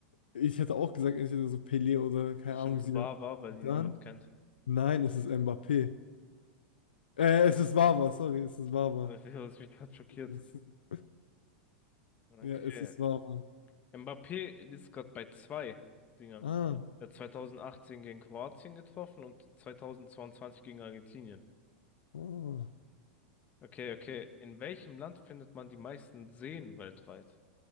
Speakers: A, on the left (about 80°); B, on the left (about 30°).
A: Ich hätte auch gesagt, entweder so Pelé oder keine
B: Bestimmt
A: Ahnung, Zidane.
B: war, war, weil
A: Zidane?
B: ihn niemand kennt.
A: Nein, es ist Mbappé. Äh, es ist Wawa, sorry, es ist Wawa.
B: <laughs> Das hat mich gerade schockiert.
A: Es <laughs>
B: Okay,
A: Ja, es ist Wawa.
B: Mbappé ist gerade bei zwei Dingern.
A: Ah,
B: Er hat 2018 gegen Kroatien getroffen und 2022 gegen Argentinien.
A: oh.
B: Okay, okay. In welchem Land findet man die meisten Seen weltweit?